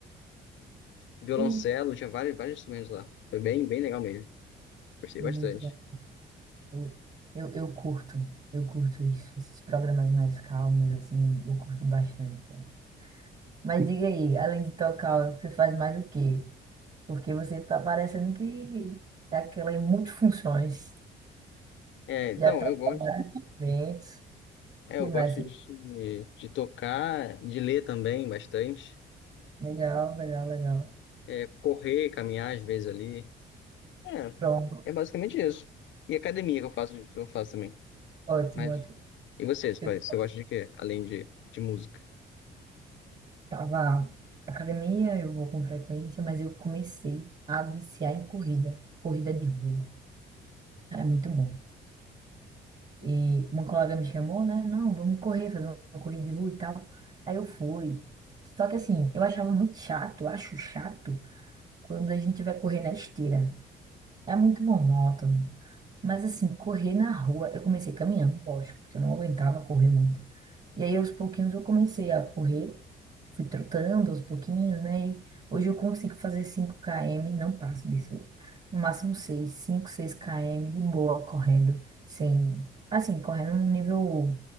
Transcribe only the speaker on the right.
Tem
muito.
Eu, eu, eu curto, eu curto isso. Esses programas mais calmos, assim, eu, eu curto bastante, cara. Mas diga aí, além de tocar, você faz mais o quê? Porque você tá parecendo que é aquela em multifunções.
Já toca
vários eventos.
O
que mais?
Legal, legal, legal.
Pronto,
ótimo.
ótimo.
Eu
tava na academia, eu vou com frequência, mas eu comecei a viciar em corrida, corrida de rua. É muito bom. E uma colega me chamou, né? Não, vamos correr, fazer uma corrida de rua e tal. Aí eu fui. Só que assim, eu achava muito chato, eu acho chato quando a gente vai correr na esteira. É muito monótono. Mas assim, correr na rua, eu comecei caminhando, lógico, porque eu não aguentava correr muito. E aí, aos pouquinhos, eu comecei a correr. fui trotando aos pouquinhos, né? E hoje eu consigo fazer cinco km, não passo disso. No máximo 6, 5, seis km de boa correndo, sem, assim, correndo num nível